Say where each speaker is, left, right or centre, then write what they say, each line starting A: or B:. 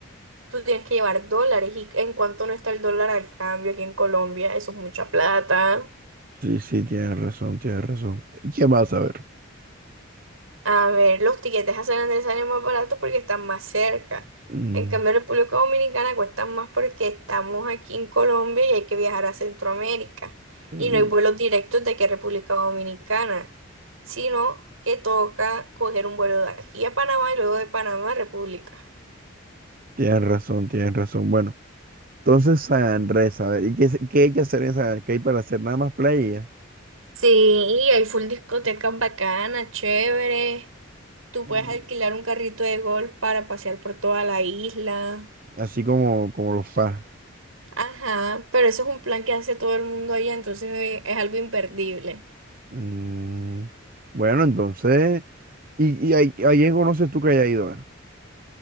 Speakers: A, on the right (about 75°); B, on the right (about 40°).
A: tú tienes que llevar dólares. ¿Y en cuánto no está el dólar al cambio aquí en Colombia? Eso es mucha plata.
B: Sí, sí, tienes razón, tienes razón. ¿Y qué más a ver?
A: A ver, los tiquetes a San Andrés salen más baratos porque están más cerca.
B: Mm,
A: En cambio, República Dominicana cuestan más porque estamos aquí en Colombia y hay que viajar a Centroamérica.
B: mm,
A: Y no hay vuelos directos de que República Dominicana, sino que toca coger un vuelo de aquí a Panamá y luego de Panamá a República.
B: tienes razón, tienes razón. Bueno, entonces San Andrés, a ver, ¿y qué, se- qué hay que hacer en San Andrés? ¿Qué hay para hacer nada más playa?
A: Sí, y hay full discotecas bacanas, chévere. Tú puedes
B: Mm,
A: alquilar un carrito de golf para pasear por toda la isla.
B: así como, como los FAS.
A: Ajá, pero eso es un plan que hace todo el mundo allá, entonces eh, es algo imperdible.
B: Mm, bueno, entonces, ¿y, y ahí, ahí en conoces tú que haya ido? A ver.